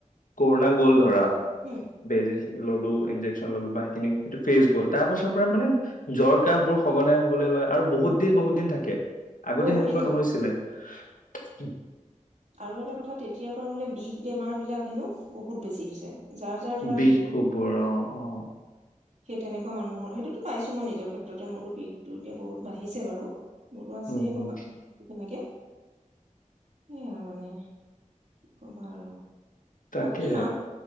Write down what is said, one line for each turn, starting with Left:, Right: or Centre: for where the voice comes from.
Left: কৰোণা গ'ল ধৰা
Right: উম
Left: বেজিছ ললো ইনজেক্সন ললো বা সেই এইটো ফেচ গল তাৰ পাছ মানে জ্বৰ কাহ বোৰ সঘনাই হবলৈ লয় আৰু বহুত দিন বহুত দিন থাকে আগতে
Right: বহু
Left: সেনেকুৱা
Right: দিন থাকে
Left: নহৈছিলে <unintelligible>
Right: আৰু এটা কথা তেতিয়াৰ পৰা বোলে বিষ বেমাৰ বিলাক হেনো বহুত বেছি হৈছে। যাৰ যাৰ ধৰা
Left: বিষ কোবৰ অ অ।
Right: সেই তেনেকুৱা মানুহৰ সেইটোতো পাইছো মই নিজৰ ক্ষেত্ৰতে মোৰতো বিষটো এতিয়া বহুত বাঢ়িছে বাৰু। মোৰতো আছে
Left: উম হম
Right: ক কা কেনেকে। সেয়া মানে কি কবা আৰু।
Left: তাকে
Right: বাকী মা